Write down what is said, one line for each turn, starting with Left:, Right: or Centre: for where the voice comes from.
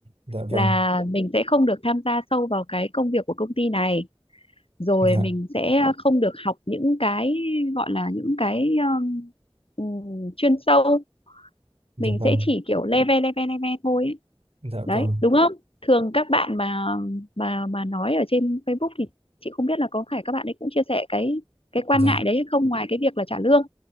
Right: dạ vâng
Left: là mình sẽ không được tham gia sâu vào cái công việc của công ty này rồi
Right: dạ
Left: mình sẽ không được học những cái gọi là những cái um, ừm, chuyên sâu
Right: dạ
Left: mình
Right: vâng
Left: sẽ chỉ kiểu leve leve leve thôi ấy
Right: dạ
Left: đấy
Right: vâng
Left: đúng không thường các bạn mà mà mà nói ở trên Facebook thì chị không biết là có phải các bạn ấy cũng chia sẻ cái cái quan
Right: dạ
Left: ngại đấy hay không ngoài cái việc là trả lương